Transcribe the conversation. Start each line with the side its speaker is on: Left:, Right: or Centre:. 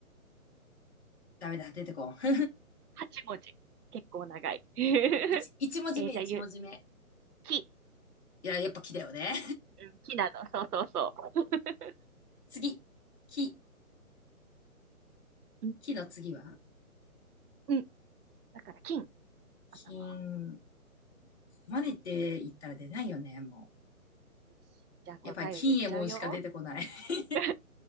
Left: ダメだ、出てこん。<laughs>
Right: 8文字。結構長い。<laughs> え
Left: 一、一文字目、
Right: ーじゃあ、
Left: 一文字目。
Right: ゆ、き。
Left: いや、やっぱ木だよね。
Right: うんきなの。そうそうそう。
Left: <laughs> 次。木。
Right: うん、
Left: 木の次は
Right: うん。うんだから、金。
Left: 金。
Right: 頭は。
Left: マネって言ったら出ないよね、も
Right: よし。じゃあ、答えを言っちゃうよ。
Left: う。やっぱり金右衛門しか出てこない。<laughs>
Right: <laughs>